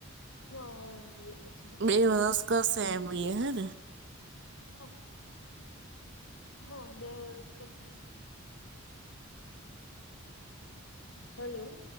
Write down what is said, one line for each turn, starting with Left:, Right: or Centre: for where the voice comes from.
Left: હા એમબીએ પતી.
Right: બે વરસ કરશે એમ બીએ હેને.
Left: હા હા બે વરસ કરશે. હલો.